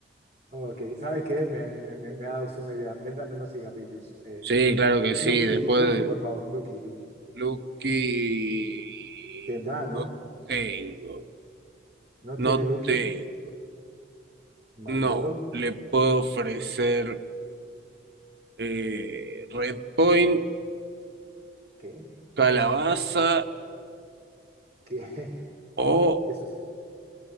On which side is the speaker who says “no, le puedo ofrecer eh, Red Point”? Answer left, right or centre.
Right